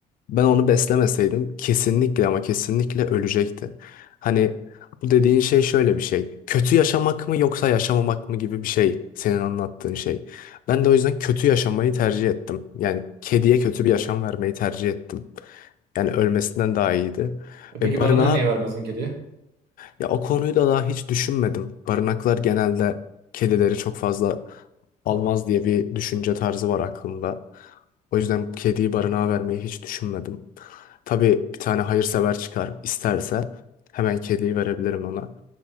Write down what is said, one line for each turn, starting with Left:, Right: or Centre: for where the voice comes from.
Left: Ben onu beslemeseydim kesinlikle ama kesinlikle ölecekti. Hani bu dediğin şey şöyle bir şey. Kötü yaşamak mı yoksa yaşamamak mı gibi bir şey senin anlattığın şey. Ben de o yüzden kötü yaşamayı tercih ettim. Yani kediye kötü bir yaşam vermeyi tercih ettim. Yani ölmesinden daha iyiydi.
Right: E,
Left: Ve
Right: peki
Left: barınağa
Right: barını niye vermiyorsun kediye?
Left: ya o konuyu da daha hiç düşünmedim. Barınaklar genelde kedileri çok fazla almaz diye bir düşünce tarzı var aklımda. O yüzden kediyi barınağa vermeyi hiç düşünmedim. Tabii bir tane hayırsever çıkar isterse hemen kediyi verebilirim ona.